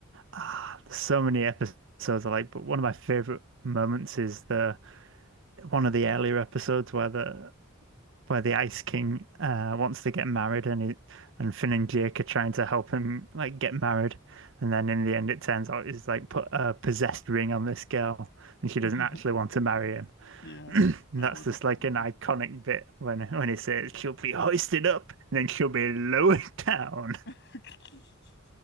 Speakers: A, on the right; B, on the left.
A: Ah, there's so many episodes I like, but one of my favorite moments is the one of the earlier episodes where the where the Ice King uh, wants to get married, and he, and Finn and Jake are trying to help him like get married, and then in the end it turns out he's like put a possessed ring on this girl, and she doesn't
B: Yeah.
A: actually want to marry him.
B: Yeah.
A: <clears throat> and that's
B: That was
A: just
B: a good
A: like
B: one.
A: an iconic bit when when he says she'll be hoisted up, and then she'll be lowered down,
B: <laughs>